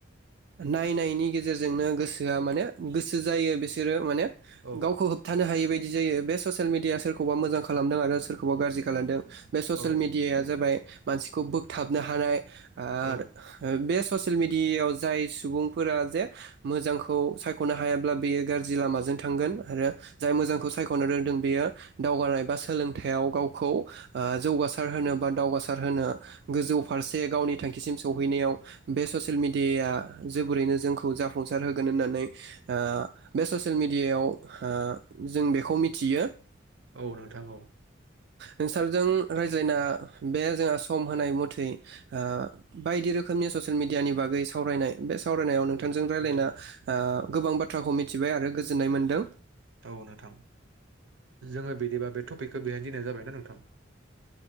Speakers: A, on the right; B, on the right.
A: नायनायनि गेजेरजोंनो गोसोआ माने गोसो जायो बिसोरो माने
B: औ
A: गावखौ होबथानो हायै बायद बिदि जायो बे ससियेल मिडिया सोरखौबा मोजां खालामदों आरो सोरखौबा गाज्रि खालामदों। बे ससियेल
B: औ
A: मिडियाया जाबाय मानसि खौ बोगथाबनो हानाय आरो
B: औ
A: ओ बे ससियेल मिड डियाव जाय सुबुंफोरा जे मोजांखौ सायख'नो हायाब्ला बेयो गाज्रि लामाजों थांगोन आरो जाय मोजांखौ सायख'नो रोंदों बेयो दावगानाय बा सोलोंथाइयाव गावखौ ओ जौगासार होनो बा दावगासार होनो गोजौ फारसे गावनि थांखिसिम सौहैनायाव बे ससियेल मिडियाया जोबोरैनो जोंखौ जाफुंसार होगोन होननानै ओ बे ससियेल मिडियायाव ओ जों बेखौ मिथियो। औ
B: औ नोंथां औ
A: नोंसोरजों रायज जायना बे जोंहा स सम होनाय मथै ओ बायदि रोखोमनि ससियेल मिडियानि बागै सावरायनाय बे सावरायनायाव नोंथांजों
B: औ
A: रायलायना
B: नोंथां
A: ओ गोबां बाथ्राखौ मिथिबाय आरो गोजोननाय मोन्दों।
B: औ नोंथां जोङो बिदिबा बे टपिकखौ बेहायनो दिनथ'नाय जाबायना नोंथां